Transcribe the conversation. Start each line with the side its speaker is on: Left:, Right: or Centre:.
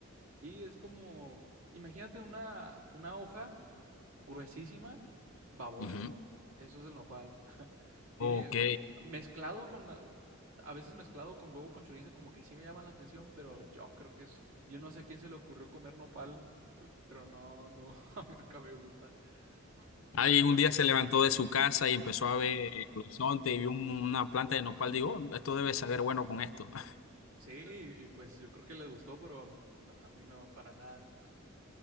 Right: Sí, es como, imagínate una, una hoja gruesísima, babosa.
Left: Ujú.
Right: Eso es el nopal. Tiene
Left: Ok.
Right: mezclado con a veces mezclado con huevo con chorizo como que sí me llama la atención, pero yo creo que es yo no sé a quién se le ocurrió comer nopal, eh, pero no no <laughs> a mí nunca me gusta. Horrible
Left: Alguien
Right: para
Left: un día
Right: mí.
Left: se levantó de su casa y empezó a ver el horizonte y vio un- una planta de nopal. Digo, "Oh, esto debe saber bueno con esto. <laughs>
Right: Sí, y, y pues yo creo que les gustó, pero no, a mí no, para nada.